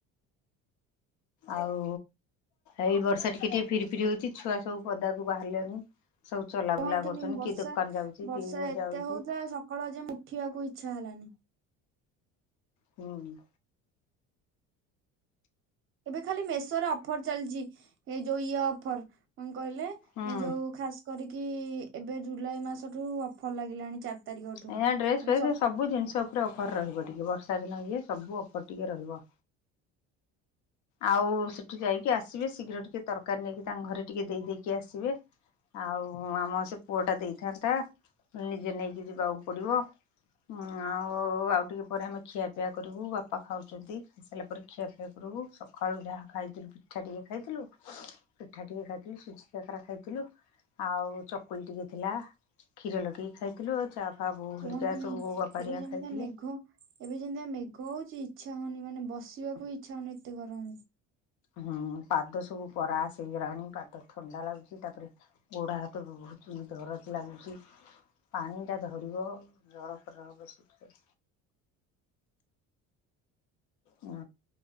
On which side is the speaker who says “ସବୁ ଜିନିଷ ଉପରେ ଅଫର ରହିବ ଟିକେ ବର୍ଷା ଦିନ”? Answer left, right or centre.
Left